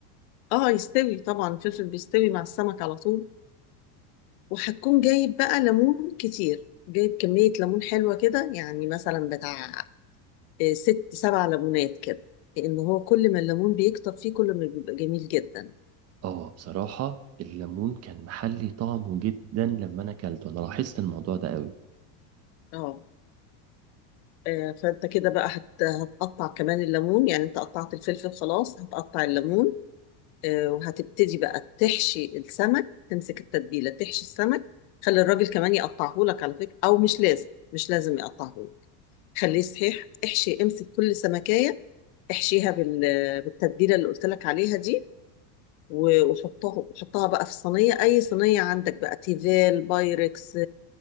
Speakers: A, on the left; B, on the right.
A: اه يستوي طبعا الفلفل بيستوي مع السمك على طول وهتكون جايب بقى ليمون كتير جايب كمية ليمون حلوة كده يعني مثلا بتاع آه، ست سبع ليمونات كده لان هو كل ما الليمون بيكتر فيه كل ما بيبقى جميل جدا
B: اه بصراحة الليمون كان محلي طعمه جدا لما انا اكلته انا لاحظت الموضوع ده قوي
A: اه آه، فانت كده بقى هت... هتقطع كمان الليمون يعني انت قطعت الفلفل خلاص هتقطع الليمون آه، وهتبتدي بقى تحشي السمك تمسك التتبيله تحشي السمك خلي الراجل كمان يقطعه لك على فكره او مش لازم مش لازم يقطعه لك خليه صحيح احشي امسك كل سمكيه احشيها بال... بالتتبيله اللي قلت لك عليها دي و- وحطها وحطها بقى في صينية أي صينية عندك بقى تيفال بايركس